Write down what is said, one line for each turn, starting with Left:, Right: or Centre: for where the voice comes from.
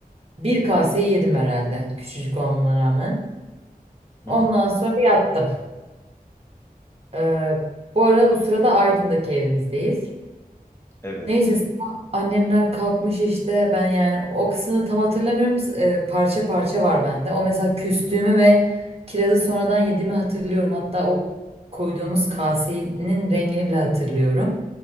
Right: Bir kaseyi yedim herhalde küçücük olmama rağmen.
Left: Hı
Right: Ondan
Left: hı.
Right: sonra yattım. Ee, bu arada bu sırada Aydın'daki evimizdeyiz.
Left: Evet.
Right: Neyse sabah annemler kalkmış işte ben yani o kısmını tam hatırlamıyorum. Ee, parça parça var bende. O mesela küstüğümü ve kirazı sonradan yediğimi hatırlıyorum. Hatta o koyduğumuz kasenin rengini bile hatırlıyorum.